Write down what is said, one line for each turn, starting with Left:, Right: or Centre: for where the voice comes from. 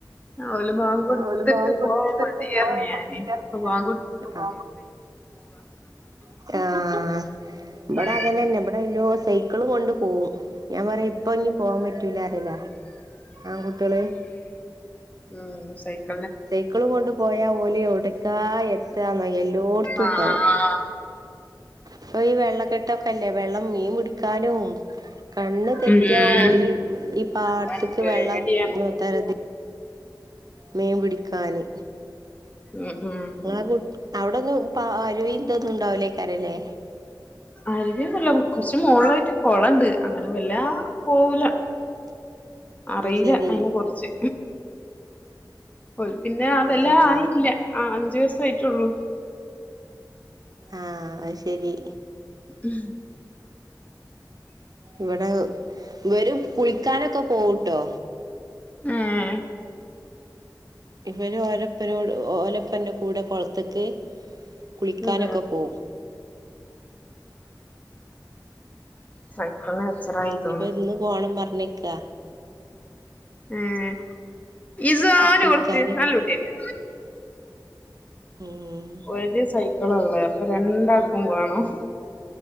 Left: ആഹ് ഓല് ബാങ്ക് കൊട്ത്ത്ട്ട്
Right: ഓല് ബാങ്ക്
Left: പോയാ
Right: കൊടുത്തിട്ട്
Left: മതീന്നർഞ്ഞ്
Right: പോവാൻ
Left: ഞാന്.
Right: മടിയാർഞ്ഞ്
Left: ഇപ്പൊ ബാങ്ക് കൊട്-
Right: <unintelligible> ആഹ് ഇബടെ
Left: ഉം
Right: അങ്ങനന്നെ ഇബടെ ഓല് സെയ്ക്ക ള് കൊണ്ട് പോവും. ഞാൻ പറയും, ഇപ്പൊ ഇഞ്ഞി പോവാൻ പറ്റൂലാറയലാ ആങ്കുട്ട്യാള്.
Left: ഉം സൈക്ക
Right: സൈക്കളും കൊണ്ട് പോയാ ഓല് എവ്ട്ക്കാ എത്താന്നോ, എല്ലോട്ത്തും
Left: ആഹ്
Right: ഇണ്ടാവും. ഇപ്പൊ ഈ വെള്ളക്കെട്ടൊക്കെല്ലേ. വെള്ളം മീൻപുടി ക്കാനും കണ്ണ് തെറ്റിയാ
Left: ഉം
Right: ഓല് ഈ പാട്ത്ത്ക്ക്
Left: അതാണ് പേടിയാണ്
Right: വെള്ളം നോ <unintelligible> മീൻ പിടിക്കാന്.
Left: ഉം ഉം.
Right: ഇങ്ങളെ കു, അവടൊന്നും പ അരുവീതൊന്നും ഇണ്ടാവുലേക്കാരല്ലേ?
Left: അരുവിയൊന്നുല്ല, കുറച്ച് മോൾള്ളായിട്ട് കൊളണ്ട് അങ്ങനെ വല്ലാ പോവൂല്ല.
Right: <inaudible>
Left: അറിയില
Right: ശെരി
Left: അയ്നെ കുറിച്ച്. ഓല് പിന്നെ ആ വെല്ലാ
Right: ആഹ്
Left: ആയില്ല.
Right: ആഹ്
Left: ആഹ് അഞ്ചു വയ്സായിട്ടൊള്ളൂ.
Right: ആഹ് അത് ശെരി.
Left: ഉം ഹ്.
Right: ഇവടെ ഇവരു കുളിക്കാനൊക്കെ പോവുട്ടോ.
Left: ഏഹ്
Right: ഇവര് ഓരപ്പനോട് ഓലപ്പൻന്റെ കൂടെ കൊളത്ത്ക്ക് കുളിക്കാനൊക്കെ
Left: ഉം
Right: പോവും.
Left: സൈക്കൾണ് എച്ചറായി
Right: ഇനിയിപ്പോ
Left: തോന്ന്.
Right: ഇന്ന് പോണം പർഞ്ക്കാ.
Left: ഏഹ്. ഹിസ്സോ ഓന്
Right: കുളിക്കാന്
Left: കൊട്ക്ക് നല്ല കുട്ട്യല്ലേ.
Right: ഉം.
Left: ഒരു സൈക്കി ളൊള്ളെ അപ്പൊ രണ്ടാക്കും വേണം.